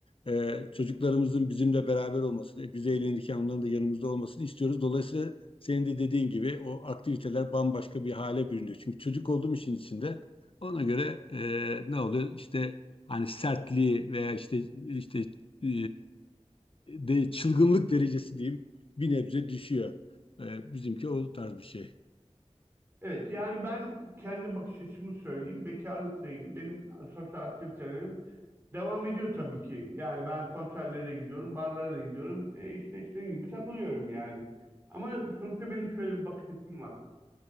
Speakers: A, on the left; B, on the right.
A: e, çocuklarımızın bizimle beraber olmasını, e, biz eğlenirken onların da yanımızda olmasını istiyoruz. Dolayısıyla senin de dediğin gibi o aktiviteler bambaşka bir hale bürünüyor. Çünkü çocuk olduğum işin içinde ona göre e, ne oluyor? İşte hani sertliği veya işte işte e, de çılgınlık derecesi diyeyim bir nebze düşüyor. E, bizimki o tarz bir şey.
B: Evet, yani ben kendi bakış açımı söyleyeyim. Bekarlıkla ilgili benim sosyal aktivitelerim devam ediyor tabii ki. Yani ben konserlere gidiyorum, barlara da gidiyorum. E işte istediğim gibi takılıyorum yani. Ama sonuçta benim şöyle bir bakış açım var.